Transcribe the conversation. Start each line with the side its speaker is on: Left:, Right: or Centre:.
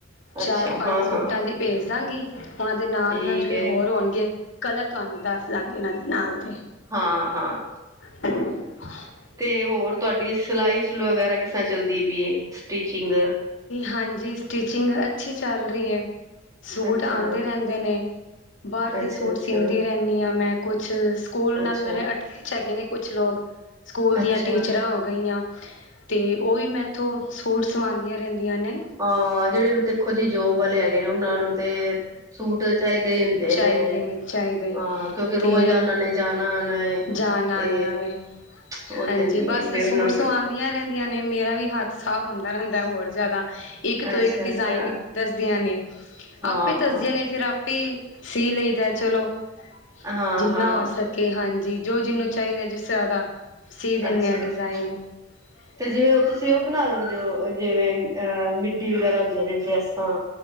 Left: ਚਾਰ,
Right: ਅੱਛਾ
Left: ਪੰਜ
Right: ਹਾਂ ਹਾਂ
Left: ਸੂਟਾਂ ਦੀ ਭੇਜ ਦਾਂਗੀ। ਉਹਨਾਂ ਦੇ ਨਾਲ-
Right: ਠੀਕ
Left: ਨਾਲ ਜਿਹੜੇ
Right: ਹੈ
Left: ਹੋਰ ਹੋਣਗੇ ਕਲਰ ਤੁਹਾਨੂੰ ਦੱਸ ਦਾਂਗੇ ਇਹਨਾਂ ਦੇ। ਨਾਲ ਦੇ
Right: ਹਾਂ- ਹਾਂ-
Left: <inaudible> <inaudible>
Right: ਤੇ ਹੋਰ ਤੁਹਾਡੀ ਸਿਲਾਈ ਸਲੂ ਵਗੈਰਾ ਕਿਸਾਂ ਚੱਲਦੀ ਪਈ, ਸਟੀਿਚਿੰਗ
Left: ਹਾਂਜੀ ਸਟੀਚਿੰਗ ਅੱਛੀ ਚੱਲ ਰਹੀ ਹੈ। ਸੂਟ
Right: ਅੱਛਾ
Left: ਆਉਂਦੇ ਰਹਿੰਦੇ ਨੇ -ਬਾਹਰ ਦੇ
Right: ਅੱਛਾ
Left: ਸੂਟ
Right: ਅੱਛਾ
Left: ਸੀੀਂਦੀ ਰਹਿੰਦੀ ਹਾਂ। ਮੈਂ ਕੁਛ ਸਕੂਲ ਨਾਲ
Right: ਅੱਛਾ
Left: ਮੇਰੇ ਅਟੈਚ ਹੈਗੇ ਨੇ ਕੁਛ ਲੋਕ, ਸਕੂਲ ਦੀਆਂ
Right: ਅੱਛਾ
Left: ਟੀਚਰਾਂ ਹੋ ਗਈਆਂ। ਅਤੇ ਉਹ ਵੀ ਮੈਂ ਇੱਥੋਂ, ਸੂਟ ਸਵਾਉਂਦੀਆਂ ਰਹਿੰਦੀਆਂ ਨੇ।
Right: ਹਾਂ ਜਿਹੜੇ ਦੇਖੋ ਜੀ, ਜੋਬ ਵਾਲੇ ਹੈਗੇ ਨੇ ਉਹਨਾਂ ਨੂੰ ਤੇ ਸੂਟ ਚਾਹੀਦੇ ਹੀ ਹੁੰਦੇ
Left: ਚਾਹੀਦੇ
Right: ਨੇ,
Left: ਚਾਹੀਦੇ
Right: ਹਾਂ ਕਿਉਂਕਿ ਰੋਜ਼
Left: ਤੇ
Right: ਦਾ ਉਹਨਾਂ ਨੇ ਜਾਣਾ ਆਨਾ ਏ।
Left: ਜਾਣਾ-
Right: ਤੇ
Left: ਆਣਾ ਵ
Right: ਉਹ
Left: ਹਾਂਜੀ,
Right: ਤੇ ਹੁੰਦਾ
Left: ਬਸ
Right: ਹੀ ਫੇਰ
Left: ਸੂਟ
Right: ਉਹਨਾਂ ਨੂੰ
Left: ਸਵਾ
Right: ਤੇ
Left: ਦੇਂਦੀਆਂ ਰਹਿੰਦੀਆਂ ਨੇ, ਮੇਰਾ ਵੀ ਹੱਥ ਸਾਫ਼ ਹੁੰਦਾ ਰਹਿੰਦਾ ਹੋਰ ਜ਼ਿਆਦਾ ਇੱਕ ਤੋਂ
Right: ਅੱਛਾ
Left: ਇੱਕ
Right: ਅੱਛਾ
Left: ਡਿਜ਼ਾਇਨ ਦੱਸਦੀਆਂ ਨੇ।
Right: ਹਾਂ
Left: ਇਹ ਦੱਸਦੀਆਂ ਨੇ ਫਿਰ ਆਪੀ ਸੀ ਲਈਦਾ ਚਲੋ,
Right: ਹਾਂ
Left: ਜਿੰਨਾ
Right: ਹਾਂ
Left: ਕੇ ਹਾਂਜੀ, ਜੋ ਜਿਹਨੂੰ ਚਾਹੀਦਾ ਜਿਸ ਤਰ੍ਹਾਂ ਦਾ ਸੀ ਦਿੰਦੇ
Right: ਅੱਛਾ-
Left: ਹਾਂ
Right: ਅੱਛਾ।
Left: <inaudible>
Right: ਤੇ ਜਿਵੇਂ ਤੁਸੀਂ ਉਹ ਬਣਾ ਦਿੰਦੇ ਹੋ, ਜਿਵੇਂ ਅ ਮਿੱਡੀ, ਵਗੈਰਾ ਹੁੰਦੀਆਂ ਨੇ ਡਰੈਸਾਂ।